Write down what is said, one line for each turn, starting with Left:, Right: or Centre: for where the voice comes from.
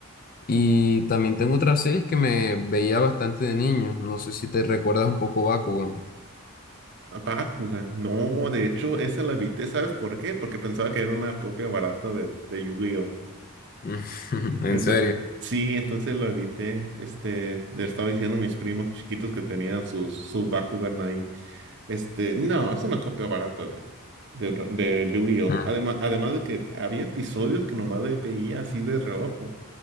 Left: Y también tengo otras series que me veía bastante de niño, no sé si te recuerdas un poco Bakugan,
Right: A Bakugan, no, de hecho, esa la viste, ¿sabes por qué? Porque pensaba que era una copia barata de, de Yu-Gi-Oh!
Left: <laughs> en
Right: Ento-
Left: serio.
Right: sí, entonces lo evité. Este, le estaba diciendo a mis primos chiquitos que tenían sus, sus Bakugan ahí Este, no, es una copia barata de, de, de Yu-Gi-Oh!
Left: <laughs>
Right: Además, además de que había episodios que nomás de- veía así de reojo.